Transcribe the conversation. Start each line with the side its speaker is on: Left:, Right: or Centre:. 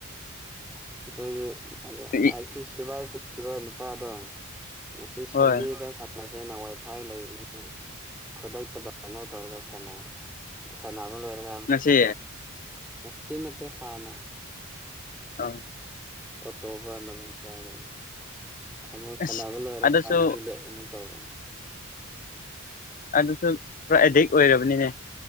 Centre: ꯣꯏ
Left: ꯏ
Centre: ꯑ ꯁꯤꯕꯥꯏ ꯈꯔꯣ ꯅꯨꯄꯥꯗ ꯉꯁꯤ
Left: ꯍꯣꯏ
Centre: ꯁꯟꯗꯦꯗ ꯆꯥꯟꯅꯁꯦꯅ ꯋꯥꯏꯐꯥꯏ ꯂꯩꯕꯅꯤꯅ ꯈꯨꯗꯛꯇ ꯗꯥꯎꯂꯣ ꯇꯧꯔꯒ ꯁꯥꯟꯅꯩ ꯁꯥꯟꯅꯕ ꯂꯣꯏꯔꯒ
Left: ꯉꯁꯤ
Centre: ꯠꯇ ꯅꯠꯇꯦ ꯍꯥꯟꯅ
Left: ꯑꯥ
Centre: ꯑꯣꯛꯇꯨꯕꯔ ꯅꯕꯦꯝꯕꯔ ꯑꯣ
Left: ꯑꯁ
Centre: ꯁꯥꯟꯅꯕ ꯂꯣꯏꯔꯒꯨ
Left: ꯑꯗꯨꯁꯨ
Centre: ꯇꯧꯔꯦ
Left: ꯑꯗꯨꯁꯨ ꯄꯨꯔꯥ ꯑꯦꯗꯤꯛ ꯑꯣꯏꯔꯕꯅꯤꯅꯦ